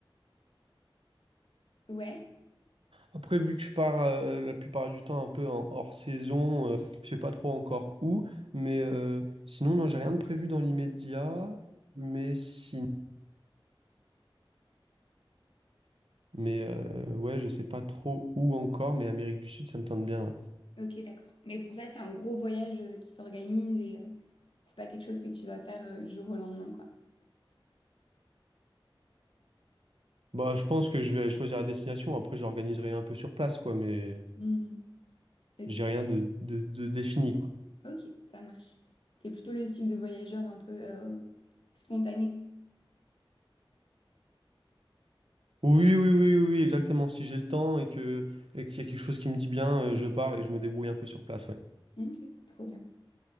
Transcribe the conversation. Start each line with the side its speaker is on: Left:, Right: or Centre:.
Left: Ouais,
Right: Après, vu que je pars euh, la plupart du temps un peu en hors saison, euh, je sais pas trop encore où. Mais euh, sinon, non, j'ai rien de prévu dans l'immédiat. Mais si... mais euh, ouais, je sais pas trop où encore. Mais Amérique du Sud, ça me tente bien. ouais.
Left: ok, d'accord. Mais bon, ça, c'est un gros voyage euh, qui s'organise et euh, c'est pas quelque chose que tu vas faire euh, du jour au lendemain, quoi.
Right: Bah, je pense que je vais choisir la destination. Après, je l'organiserai un peu sur place, quoi. Mais
Left: Mhm. Ok,
Right: j'ai rien de, de de défini.
Left: ok, ça marche. T'es plutôt le style de voyageur un peu euh, spontané.
Right: Oui, oui, oui, oui, oui, exactement. Si j'ai le temps et que et qu'il y a quelque chose qui me dit bien, euh, je pars et je me débrouille un peu sur place, ouais.
Left: Ok, trop bien.